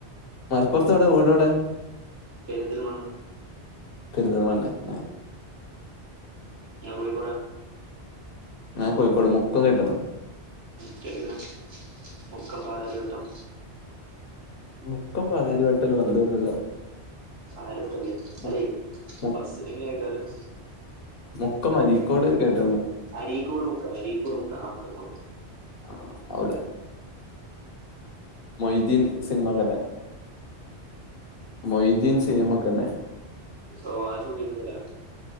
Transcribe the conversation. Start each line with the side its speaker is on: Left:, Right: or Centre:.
Left: മലപ്പുർത്തോടെ വീടോടെ
Right: പേരെന്തൽ മണ്ണ
Left: പെരിന്തൽമണ്ണെ എ
Right: ഞകോയികോടാ
Left: ഞാ കോഴിക്കോട് മുക്കന്ന്ട്ട്
Right: കേട്ടിരിക്കണ മുക്കം പാലാരിവട്ടം
Left: മുക്കം പലാരി വട്ടരു ബന്ധല്ലല്ലോ
Right: ആരോട്ടല്ലേ
Left: മു
Right: അല്ലേ
Left: മു
Right: ബസിലങ്ങയ് കാരം
Left: മുക്കം അരിക്കോട് കേ
Right: അരീകോട്മുക്കം അരീകോട് മുക്കം ആക്കൊന്ന ഒക്കെ
Left: ആ അവടെ മൊയ്ദീൻ സിനിമ കഥ മൊയ്ദീൻ സിൻമ കല്ലെ
Right: ഓ ആ ഷൂട്ടിനെ സല